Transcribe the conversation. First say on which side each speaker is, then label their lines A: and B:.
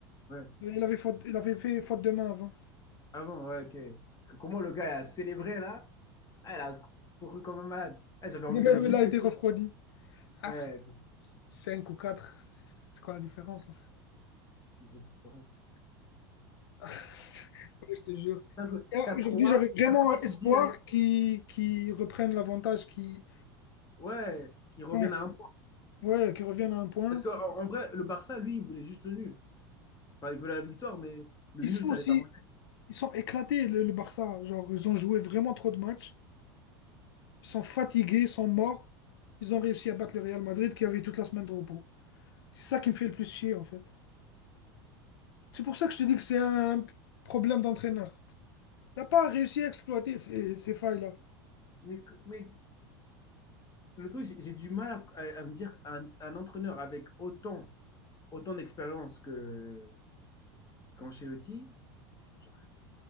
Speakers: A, on the left (about 30°); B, on the left (about 80°).
A: Ouais.
B: Il avait, faute, il avait fait faute de main avant.
A: Ah bon, ouais, ok. Parce que comment le gars a célébré là? Ah, il a couru comme un malade. Ah,
B: <laughs>
A: j'avais envie
B: Mais il
A: de le gifler.
B: a été
A: ça.
B: refroidi. Ah
A: Ouais,
B: frère,
A: c'est
B: 5 ou quatre c'est c'est quoi la différence en fait?
A: une grosse différence. quoi.
B: <laughs> Ouais, je te jure.
A: 5
B: Et
A: quatre
B: Aujourd'hui,
A: trois
B: j'avais vraiment
A: 4-3, <laughs> tu
B: espoir
A: te dis, allez,
B: qu'ils qu'ils reprennent l'avantage, qu'ils
A: ouais, qu'ils reviennent
B: ouais,
A: à un point.
B: ouais, qu'ils reviennent à un point.
A: Parce qu'en en en vrai, le Barça, lui, il voulait juste le nul. Enfin, il voulait la victoire, mais le
B: Ils
A: nul,
B: sont
A: ça
B: aussi,
A: les arrangeait.
B: Ils sont éclatés, le, le Barça. Genre, ils ont joué vraiment trop de matchs. Ils sont fatigués, ils sont morts. Ils ont réussi à battre le Real Madrid qui avait toute la semaine de repos. C'est ça qui me fait le plus chier, en fait. C'est pour ça que je te dis que c'est un problème d'entraîneur. Il n'a pas réussi à exploiter ces, ces failles-là.
A: Mais, que- mais le truc, j'ai j'ai du mal à, à- à me dire, un, un entraîneur avec autant, autant d'expérience que qu'Ancelotti, genre,